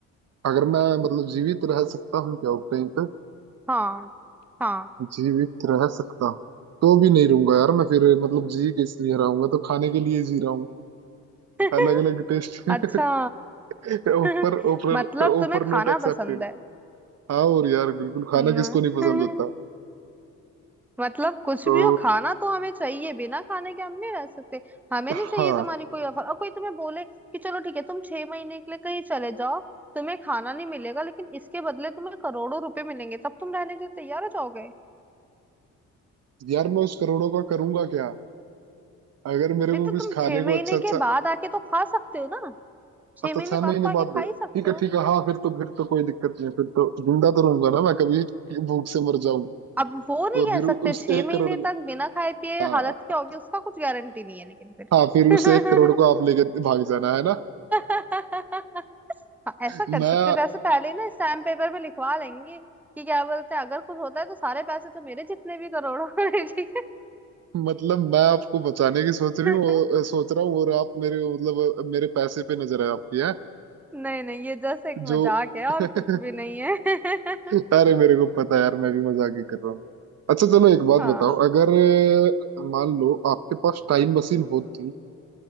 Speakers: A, on the right (about 55°); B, in the centre.
A: अगर मैं मतलब जीवित रह सकता हूँ क्या उस टाइम तक
B: हाँ हाँ
A: जीवित रह सकता हूँ तो भी नहीं रहूंगा यार मैं फिर मतलब जी किस लिए रहा हूंगा तो खाने के लिए जी रहा हूँ
B: <laughs>
A: अलग अलग टेस्ट <laughs>
B: अच्छा
A: ऊपर
B: <laughs>
A: ऊपर
B: मतलब
A: ऊपर
B: तुम्हें खाना
A: नोट एक्सेप्टेड
B: पसंद है
A: हाँ और यार बिल्कुल खाना
B: हम्म
A: किसको नहीं
B: <laughs>
A: पसंद होता
B: मतलब कुछ
A: तो
B: भी हो खाना तो हमें चाहिए बिना खाने के हम नहीं रह सकते हमें
A: हाँ
B: नहीं चाहिए तुम्हारी कोई ऑफर और कोई तुम्हें बोले कि चलो ठीक है तुम छह महीने के लिए कहीं चले जाओ तुम्हें खाना नहीं मिलेगा लेकिन इसके बदले तुम्हें करोड़ों रुपए मिलेंगे तब तुम रहने के लिए तैयार हो जाओगे
A: यार मैं उस करोड़ों का करूंगा क्या अगर मेरे
B: नहीं
A: को
B: तो
A: कुछ
B: तुम
A: खाने
B: छह
A: को
B: महीने
A: अच्छा अच्छा
B: के बाद आके तो खा सकते हो ना छह
A: अच्छा
B: महीने
A: छह
B: बाद
A: महीने
B: तो आके
A: बाद
B: खा ही सकते
A: ठीक है
B: हो
A: ठीक है हाँ फिर तो फिर तो कोई दिक्कत नहीं है फिर तो जिंदा तो रहूंगा ना मैं कभी भूख से मर जाऊं
B: अब वो नहीं
A: और
B: कह
A: फिर
B: सकते
A: उस
B: छह
A: एक
B: महीने
A: करोड़ को
B: तक बिना खाए पिए
A: हाँ
B: हालत क्या होगी उसका कुछ गारंटी नहीं है लेकिन फिर
A: हाँ फिर उस एक करोड़ को आप लेके भाग जाना है ना
B: <laughs> हाँ ऐसा
A: मैं
B: कर सकते वैसे पहले ही ना स्टैम्प पेपर पे लिखवा लेंगे कि क्या बोलते हैं अगर कुछ होता है तो सारे पैसे तो मेरे जितने भी करोड़ों <laughs> हैं, ठीक
A: मतलब मैं आपको बचाने की सोच रही
B: है
A: हूँ
B: <laughs>
A: सोच रहा हूँ और आप मेरे मतलब मेरे पैसे पे नजर है आपकी
B: नहीं नहीं ये जस्ट एक
A: जो
B: मजाक है
A: <laughs>
B: और कुछ भी नहीं है
A: अरे
B: <laughs>
A: मेरे को पता है यार मैं भी मजाक ही कर रहा हूँ अच्छा चलो एक बात
B: हाँ
A: बताओ अगर अ, मान लो आपके पास टाइम मशीन होती